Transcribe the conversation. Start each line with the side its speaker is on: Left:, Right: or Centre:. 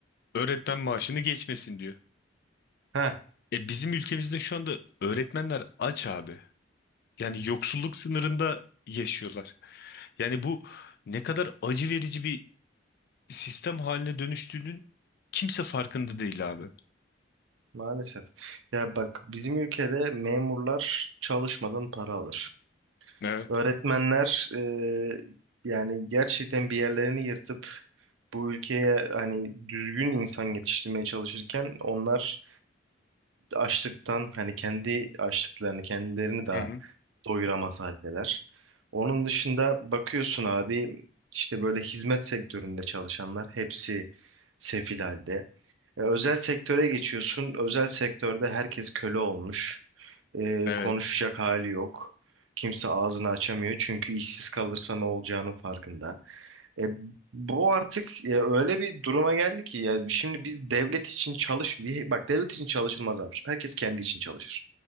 Left: Öğretmen maaşını geçmesin diyor.
Right: Ha,
Left: E bizim ülkemizde şu anda öğretmenler aç abi. Yani yoksulluk sınırında yaşıyorlar. Yani bu ne kadar acı verici bir sistem haline dönüştüğünün kimse farkında değil abi.
Right: maalesef. Ya bak bizim ülkede memurlar çalışmadan para alır.
Left: Evet.
Right: Öğretmenler e, yani gerçekten bir yerlerini yırtıp bu ülkeye hani düzgün insan yetiştirmeye çalışırken onlar açlıktan hani kendi açlıklarını kendilerini daha
Left: Hı hı.
Right: doyuramaz haldeler. Onun dışında bakıyorsun abi işte böyle hizmet sektöründe çalışanlar hepsi sefil halde. E, özel sektöre geçiyorsun. Özel sektörde herkes köle olmuş. E,
Left: Evet.
Right: konuşacak hali yok. Kimse ağzını açamıyor çünkü işsiz kalırsa ne olacağının farkında. E, bu artık ya öyle bir duruma geldi ki ya şimdi biz devlet için çalış bir bak devlet için çalışılmaz abi. Herkes kendi için çalışır.